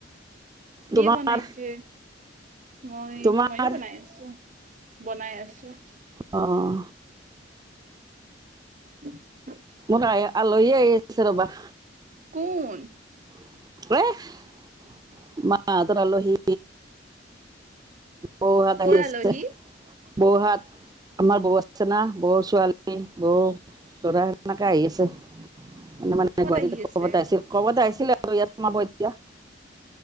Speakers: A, on the right; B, on the right.
A: কি
B: তোমাৰ
A: বনাইছে? মই,
B: তোমাৰ
A: ময়ো বনাই আছোঁ, বনাই আছোঁ।
B: অঁ!
A: <unintelligible>
B: মোৰ আলহী আহি আছে। ৰ'বা!
A: কোন?
B: <unintelligible> মা মা হঁতৰ আলহী। বৌহঁত
A: কৰ
B: আহি
A: আলহী?
B: আছে। বৌহঁত আমাৰ বৌ আছে না, বৌ ছোৱালী, বৌ ল'ৰা সনেকে আহি আছে। <unintelligible>
A: ক'ত
B: গুৱাহীত
A: আহি
B: ক'বাত
A: আছে?
B: আছিল, ক'বাত আছি <unintelligible>